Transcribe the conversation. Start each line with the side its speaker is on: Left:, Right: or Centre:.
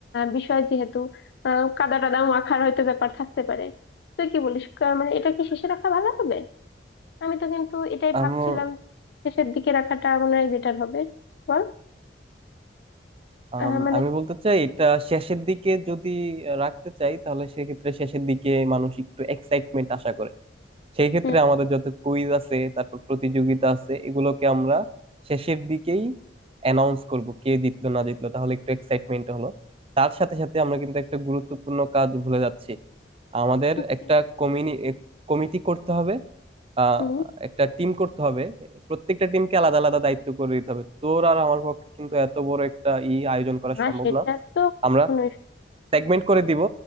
Left: বিষয় যেহেতু আহ কাদা টাদা মাখার হয়তো ব্যাপার থাকতে পারে তুই কি বলিস কা- মানে এটা কি শেষে রাখা ভালো হবে আমি তো কিন্তু এটাই ভাবছিলাম
Right: আমার
Left: যে শেষের দিকে রাখাটা মনে হয় বেটার হবে বল
Right: আম,
Left: আহ, মানে
Right: আমি বলতে চাই এটা শেষের দিকে যদি রাখতে চাই তাহলে সেক্ষেত্রে শেষের দিকে মানুষ একটু এক্সাইটমেন্ট আশা করে সেই ক্ষেত্রে
Left: হুম
Right: আমাদের যত কুইজ আছে তারপর প্রতিযোগিতা আছে এগুলোকে আমরা শেষের দিকেই অ্যানাউন্স করব কে জিতলো না জিতলো তাহলে একটু এক্সাইটমেন্ট হলো তার সাথে সাথে আমরা কিন্তু একটা গুরুত্বপূর্ণ কাজ ভুলে যাচ্ছি আমাদের
Left: হুম,
Right: একটা কমিনি কমিটি করতে হবে আহ
Left: হুম,
Right: একটা টিম করতে হবে প্রত্যেকটা টিমকে আলাদা আলাদা দায়িত্ব করে দিতে হবে তোর আর আমার পক্ষে কিন্তু এত বড় একটা ই আয়োজন করা
Left: না
Right: সম্ভব
Left: সেটা
Right: না
Left: তো
Right: আমরা
Left: কখনোই স-
Right: সেগমেন্ট করে দিব